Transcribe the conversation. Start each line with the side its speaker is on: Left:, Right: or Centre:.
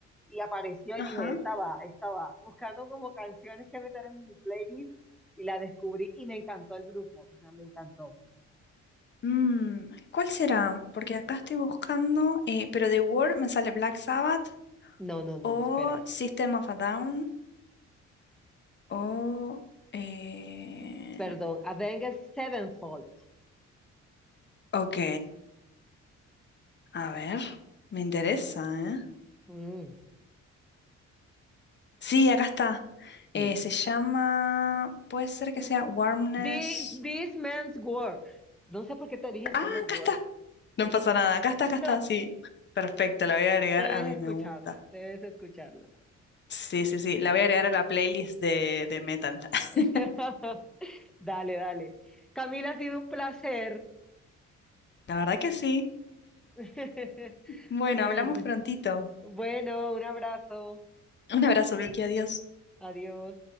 Centre: y apareció y
Left: Ajá.
Centre: dije, esta va, esta va. Buscando como canciones que meter en mi playlist y la descubrí y me encantó el grupo, o sea, me encantó.
Left: Mm, ¿cuál será? Porque acá estoy buscando, eh, pero de War me sale Black Sabbath
Centre: No, no, no,
Left: o
Centre: espera.
Left: System of a Down o... eh,
Centre: perdón, Avenged Sevenfold.
Left: ok, a
Centre: Seven.
Left: ver, me interesa, ¿eh?
Centre: Mm,
Left: Sí, acá está.
Centre: sí.
Left: Eh, se llama, puede ser que sea Warmness.
Centre: The, this Man's War. No sé por qué te dije solo
Left: Ah,
Centre: War.
Left: acá está. No pasa nada. Acá está,
Centre: <laughs>
Left: acá está. Sí, perfecto. La voy a agregar
Centre: Debes
Left: a mis
Centre: escucharla,
Left: me gusta.
Centre: debes escucharla.
Left: Sí, sí, sí. La voy a agregar a la playlist de, de metal. <laughs>
Centre: <laughs> dale, dale. Camila, ha sido un placer.
Left: La verdad que sí.
Centre: <laughs>
Left: Bueno,
Centre: Una
Left: hablamos
Centre: verde.
Left: prontito.
Centre: Bueno, un abrazo.
Left: Un abrazo, Vicky. Adiós.
Centre: Adiós.